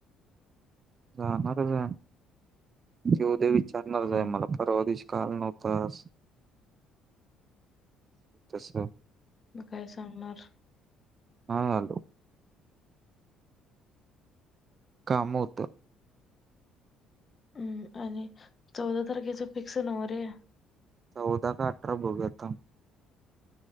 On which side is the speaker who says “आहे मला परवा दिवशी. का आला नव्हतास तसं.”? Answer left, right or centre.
Right